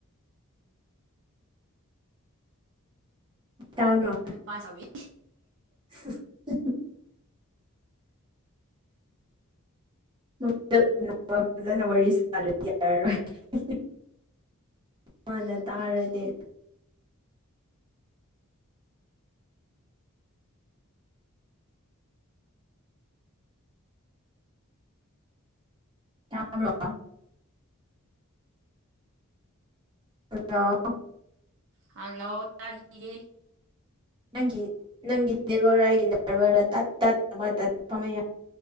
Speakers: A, on the right (about 20°); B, on the right (about 55°).
A: ꯇꯥꯕ꯭ꯔꫭ꯫
B: <inaudible>
A: <unintelligible> <inaudible> ꯃꯥꯅ ꯇꯥꯔꯗꯤ ꯇꯥꯕ꯭ꯔꫭ꯫ ꯍꯜꯂꯣ꯫
B: ꯍꯜꯂꯣ ꯇꯔꯤꯌꯦ꯫
A: ꯅꯪꯒꯤ ꯅꯦꯠꯋꯥꯔꯛꯔ ꯑꯩꯒꯤ ꯅꯦꯠꯋꯥꯔꯛꯔ ꯇꯥꯠ ꯇꯥꯠ ꯑꯃꯥ ꯇꯠꯄ ꯌꯧ